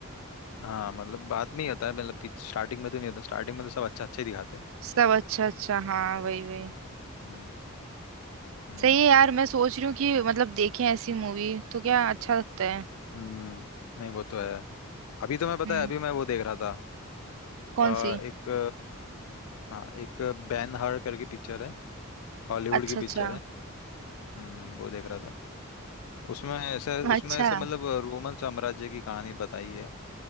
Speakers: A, on the left (about 75°); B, on the right (about 65°).
A: हाँ मतलब बाद में ही आता है मतलब स्टार्टिंग में तो नहीं होता स्टार्टिंग में तो सब अच्छा अच्छा ही दिखाते हैं
B: सब अच्छा अच्छा हाँ वही वही
A: हम्म हम्म
B: सही है यार मैं सोच रही हूँ कि मतलब देखें ऐसी मूवी तो क्या अच्छा लगता है
A: हम्म, नहीं वो तो है अभी तो मैं पता
B: हम्म
A: है अभी मैं वो देख रहा था
B: कौन
A: अ,
B: सी
A: एक हाँ एक बैन हर करके पिक्चर है हॉलीवुड
B: अच्छा
A: की पिक्चर
B: अच्छा
A: है हम्म वो देख रहा था उसमें ऐसे उसमें
B: अच्छा
A: ऐसे मतलब रोमन साम्राज्य की कहानी बताई है